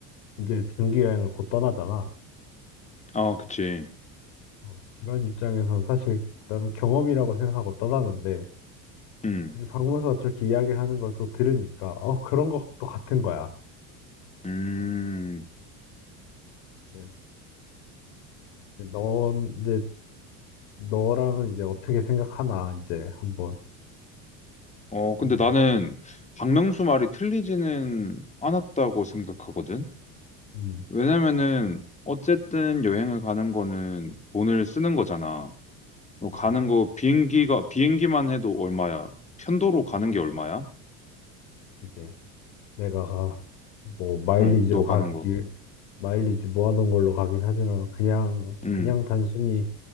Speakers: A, on the left; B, on the left.
A: 이제 장기여행을 곧 떠나잖아.
B: 아, 그치.
A: 어, 그런 입장에선 사실 나는 경험이라고 생각하고 떠나는데
B: 음,
A: 이제 박명수가 저렇게 이야기하는 걸 또 들으니까 어, 그런 것도 같은 거야.
B: 음,
A: 네. 근데 넌 이제 너랑은 이제 어떻게 생각하나 이제 한번
B: 어, 근데
A: 그냥
B: 나는 박명수 말이 틀리지는 않았다고 생각하거든?
A: 음,
B: 왜냐면은, 어쨌든 여행을 가는 거는 돈을 쓰는 거잖아. 너
A: 이제
B: 가는 거 비행기가, 비행기만 해도 얼마야? 편도로 가는 게 얼마야?
A: 이제 내가 뭐 마일리지로
B: 어, 너
A: 가기
B: 가는 거.
A: 마일리지 모아놓은 걸로 가긴 하지만 그냥
B: 음.
A: 그냥 단순히